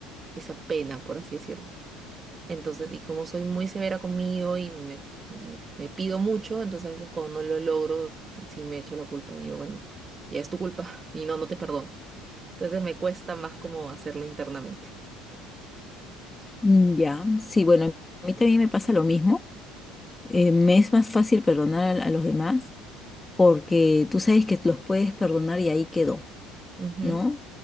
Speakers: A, on the right; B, on the left.
A: esa pena, por así decirlo. Entonces, y como soy muy severa conmigo y me, me, me pido mucho, entonces a veces cuando no lo logro, sí me echo la culpa y yo, bueno, ya es tu culpa <laughs> y no, no te perdono. Entonces me cuesta más como hacerlo internamente.
B: Mm, Ya, sí, bueno, a mí también me pasa lo mismo. Eh, me es más fácil perdonar a, a los demás porque tú sabes que los puedes perdonar y ahí quedó,
A: Ujú,
B: ¿no?